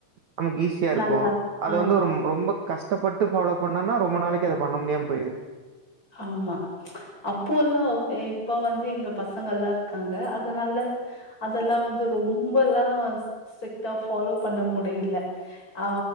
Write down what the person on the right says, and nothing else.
நமக்கு ஈஸியாருக்கு
அத
வந்து ரொம் ரொம்போ கஷ்டப்பட்டு ஃபாலோ பண்ணம்னா ரொம்ப நாளைக்கு அத பண்ண முடியாம போயிர்து